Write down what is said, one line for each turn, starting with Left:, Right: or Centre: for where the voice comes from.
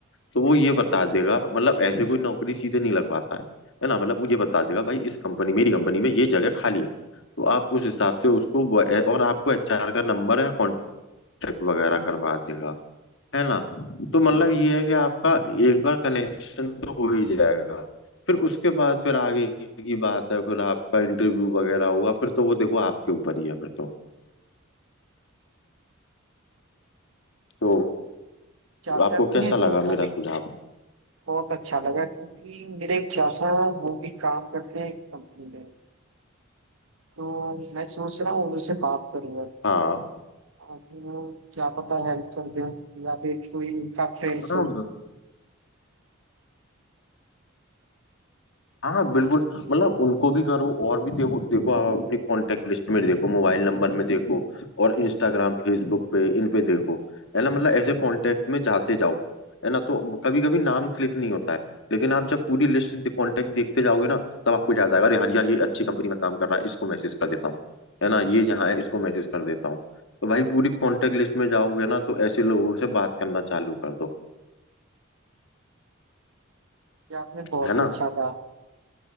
Left: तो वो ये बता देगा मतलब ऐसे कोई नौकरी सीधे नहीं लगवाता है है ना मतलब वो ये बता देगा भाई इस कंपनी मेरी कंपनी में ये जगह खाली है तो आप उस हिसाब से उसको व- और आपको एचआर का नंबर या कॉन्टेक्ट वगैरह करवा देगा है ना तो मतलब ये है कि आपका एक बार कनेक्शन तो हो ही जाएगा फिर उसके बाद फिर आगे की बात है फिर आपका इंटरव्यू वगैरह होगा फिर तो वो देखो आपके ऊपर ही है फिर तो तो
Right: चाचा
Left: आपको कैसा
Right: में
Left: लगा
Right: तो वो
Left: मेरा
Right: भी
Left: सुझाव
Right: बहुत अच्छा लगा क्योंकि मेरे एक चाचा हैं वो भी काम करते हैं एक कंपनी में तो मैं सोच रहा हूँ उनसे बात करूंगा
Left: हाँ
Right: आप वो क्या पता हेल्प कर दें या फिर कोई उनका फ्रेंड्स
Left: हाँ
Right: हो
Left: हाँ
Right: तो
Left: बिल्कुल मतलब उनको भी करो और भी देखो देखो आप अपनी कांटेक्ट लिस्ट में देखो मोबाइल नंबर में देखो और इंस्टाग्राम फेसबुक पे इन पे देखो है ना मतलब ऐसे कांटेक्ट में जाते जाओ है ना तो कभी कभी नाम क्लिक नहीं होता है लेकिन आप जब पूरी लिस्ट कांटेक्ट देखते जाओगे ना तब आपको याद आएगा अरे यार यार ये अच्छी कंपनी में काम कर रहा है इसको मैसेज कर देता हूँ है ना ये जहाँ है इसको मैसेज कर देता हूँ तो भाई पूरी कांटेक्ट लिस्ट में जाओगे ना तो ऐसे लोगों से बात करना चालू कर दो
Right: ये आपने बहुत
Left: है
Right: ही
Left: ना
Right: अच्छा कहा